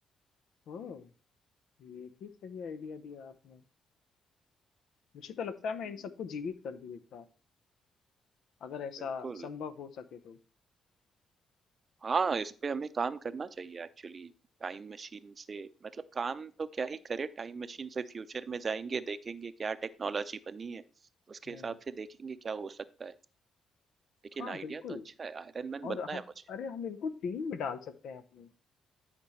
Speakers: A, on the left (about 70°); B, on the right (about 45°).
A: ओह ये भी सही आइडिया दिया आपने मुझे तो लगता है
B: हम्म
A: मैं इन सबको जीवित कर दूं एक बार अगर ऐसा
B: बिल्कुल
A: संभव हो सके तो
B: हाँ, इस पे हमें काम करना चाहिए एक्चुअली। टाइम मशीन से मतलब काम तो क्या ही करें, टाइम मशीन से फ्यूचर में जाएँगे, देखेंगे क्या टेक्नोलॉजी बनी है, उसके
A: हम्म
B: हिसाब से देखेंगे क्या हो सकता है। लेकिन
A: हाँ
B: आइडिया
A: बिल्कुल
B: तो अच्छा है, आयरन मैन
A: और
B: बनना
A: हम
B: है मुझे।
A: अरे हम इनको टीम में डाल सकते हैं अपनी